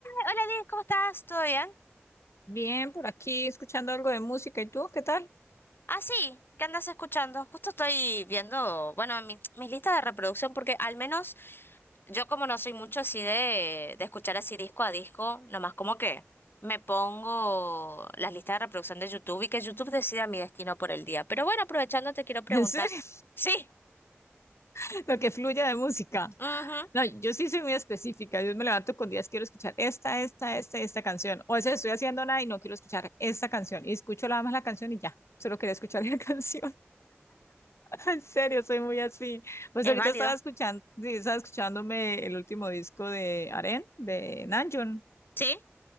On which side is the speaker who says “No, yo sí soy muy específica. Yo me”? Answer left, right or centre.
Left